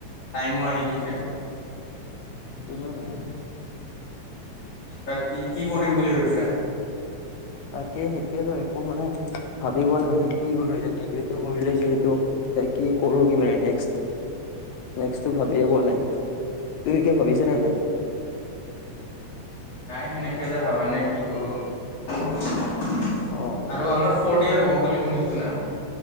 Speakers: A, on the left (about 60°); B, on the left (about 75°).
A: টাইমো আহি গৈছে
B: উম সেইটো হয় বাৰু
A: বাকী কি কি কৰিম বুলি ভাবিছা
B: তাকে সেইতোয়ে ভাবিছো মানে ভাবিব ন মানে কি কৰো এতিয়া ডিগ্ৰীটো কৰিলে যিহেতু এ কি কৰো কি মানে নেক্স নেক্টো ভাবিয়ে পোৱা নাই তুমি কিয় ভাবিছ নে নাই <unintelligible>
A: নাই সেনেকে এ ভবা নাই কি কৰো আৰু
B: অ',
A: আমাৰ ফৰ্ড য়েৰ্চ হ'ব বুলি শুনিছো না